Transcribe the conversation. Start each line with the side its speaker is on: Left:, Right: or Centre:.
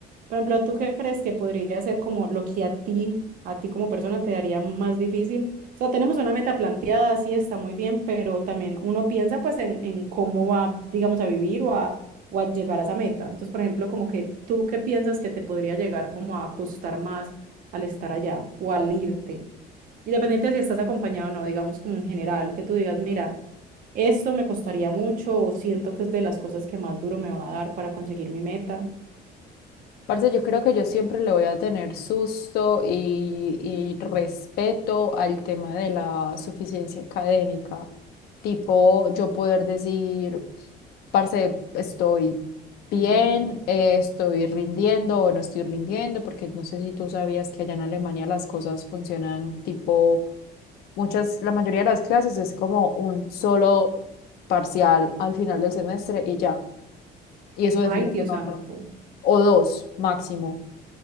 Right: por ejemplo, tú qué crees que podría ser como lo que a ti, a ti como persona te daría más difícil? O sea, tenemos una meta planteada, sí está muy bien, pero también uno piensa pues en, en cómo va, digamos, a vivir o a, o a llegar a esa meta. Entonces, por ejemplo, como que tú qué piensas que te podría llegar como a costar más al estar allá o al irte. Independiente de si estás acompañado o no, digamos como en general, que tú digas, mira, esto me costaría mucho o siento que es de las cosas que más duro me va a dar para conseguir mi meta.
Left: Parce, yo creo que yo siempre le voy a tener susto y, y respeto al tema de la suficiencia académica. Tipo, yo poder decir, parce, estoy bien,
Right: Ujú.
Left: eh, estoy rindiendo o no estoy rindiendo, porque no sé si tú sabías que allá en Alemania las cosas funcionan tipo, muchas, la mayoría de las clases es como un solo parcial al final del semestre y ya. Y eso define
Right: Ay, Dios
Left: tu nota.
Right: santo.
Left: O dos máximo